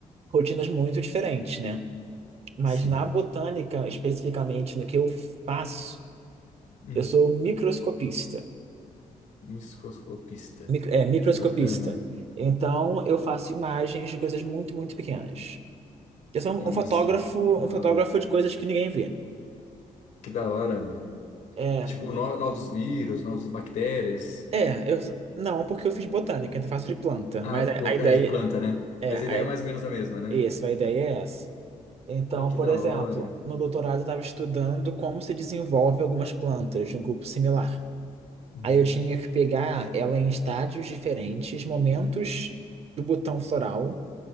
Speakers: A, on the right; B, on the left.
A: rotinas muito diferentes, né? Mas
B: sim.
A: na botânica, especificamente no que eu faço,
B: Hum,
A: eu sou microscopista.
B: microscopista.
A: Micro, é, microscopista.
B: Que bacana.
A: Então, eu faço imagens de coisas muito, muito pequenas. Eu sou
B: Nossa,
A: um um fotógrafo,
B: que da
A: um fotógrafo
B: hora.
A: de coisas que ninguém vê.
B: Que da hora, mano.
A: É,
B: Tipo, no- novos vírus, novas bactérias.
A: é, eu não, porque eu fiz botânica, então faço de planta,
B: Ah,
A: mas a,
B: bot-
A: a ideia
B: é de planta, né?
A: é,
B: Mas
A: a,
B: a ideia é mais ou menos a mesma, né?
A: essa, a ideia é essa. Então,
B: Oh, que
A: por
B: da
A: exemplo,
B: hora.
A: no doutorado eu estava estudando como se desenvolve algumas plantas de um grupo similar.
B: Hum.
A: Aí eu tinha que pegar ela em estádios diferentes, momentos do botão floral,